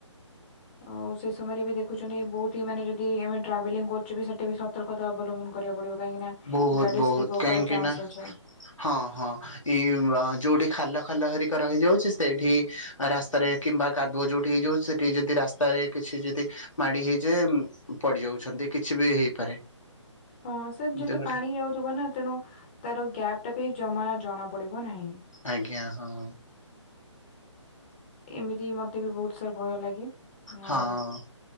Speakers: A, on the left (about 20°); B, on the left (about 85°).
A: ଆଉ ସେ ସମୟରେ ବି ଦେଖୁଛନ୍ତି ବହୁତ ହି ମାନେ ଯଦି ଆମେ ଟ୍ରାଭେଲିଂ କରୁଚେ ବି ସେଟା ବି ସତ ସତର୍କତା ଅବଲମ୍ବନ କରିବାକୁ ପଡିବ କାହିଁକି ନା
B: ବହୁତ
A: ଗାଡି
B: ବହୁତ
A: ସ୍ଲିପ ହବାର
B: କାହିଁକି
A: ଚାନ୍ସ
B: ନା
A: ଅଛେ।
B: ହଁ ହଁ। ଏ ଯୋଉଠି ଖାଲ ଖାଲ ହରିକା ରହିଯାଉଛି ସେଇଠି ରାସ୍ତାରେ କିମ୍ବା କାଦୁଅ ଯୋଉଠି ହେଇଯାଉ ସେଠି ଯଦି ରାସ୍ତାରେ କିଛି ଯଦି ମାଡି ହେଇଯାଏ ପଡିଯାଉଛନ୍ତି କିଛି ବି ହେଇପାରେ।
A: ହଁ ସାର୍
B: ଏମିତି
A: ଯେହେତୁ
B: ଗୋଟେ
A: ପାଣି ହେଇ ଆଉଥିବ ନା। ତେଣୁ ତାର ଗ୍ୟାପଟା ବି ଜମା ଜଣା ପଡିବ ନାହିଁ।
B: ଆଜ୍ଞା ହଁ।
A: ଏମିତି ମତେ ବି ବହୁତ ସାର ଭୟ ଲାଗେ।
B: ହଁ
A: ଆଉ
B: ଅଁ।